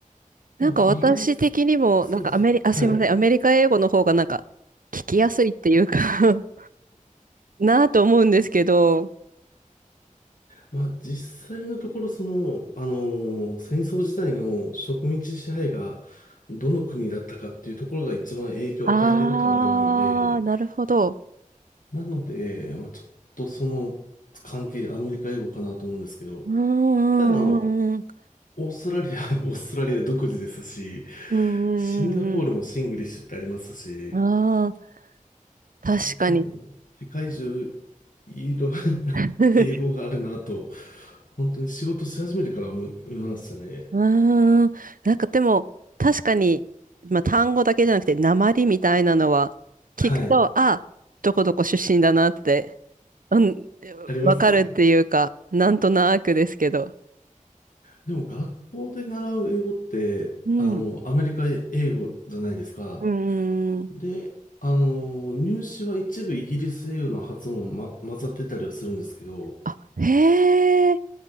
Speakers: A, on the right (about 75°); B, on the left (about 70°).
A: なんか私的にも、
B: まあ、イギリス、そうですね。
A: なんかアメリ、あ、
B: はい。
A: すいません。アメリカ英語の方がなんか聞きやすいっていうか <laughs> なあと思うんですけど。
B: まあ実際のところその、あのー戦争時代の植民地支配がどの国だったかっていうところが一番影響を与えているとは思うので、
A: ああ、なるほど。
B: なので、まあちょっとその関係でアメリカ英語かなと思うんですけど、
A: うんう
B: ただあの、
A: んうんうん。
B: オーストラリア、<laughs> オーストラリア独自ですし、
A: うんうんうん
B: シンガポールもシングリッシュってありますし、
A: うん。ああ、確かに。
B: 結構もう世界中いろんな
A: <laughs>
B: <laughs> 英語があるなと、本当に仕事し始めてから思いましたね。
A: うーん。なんかでも、確かに、まあ単語だけじゃなくて、訛りみたいなのは、聞くと、
B: はい。
A: あ、どこどこ出身だなって、うん、
B: ありますね。
A: わかるっていうか、なんとなくですけど。
B: でも学校で習う英語って、
A: うん。
B: あの、アメリカ英語じゃないですか。
A: うーん。
B: で、あの、入試は一部イギリス英語の発音も、ま、混ざってたりはするんですけど、
A: あ、へえ、